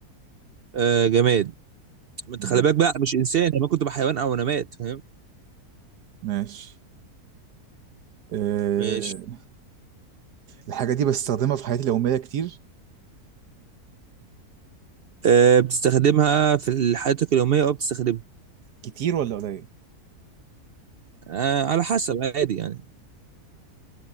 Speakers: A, on the right; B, on the right.
A: آه، جماد ما انت
B: جماد
A: خلي بالك بقى مش انسان انا كنت بحيوان او نبات فاهم
B: ماشي إيه
A: ماشي
B: الحاجة دي بستخدمها في حياتي اليومية كتير
A: آه، بتستخدمها في حياتك اليومية أو بتستخدمها
B: كتير ولا قليل
A: آه، على حسب عادي يعني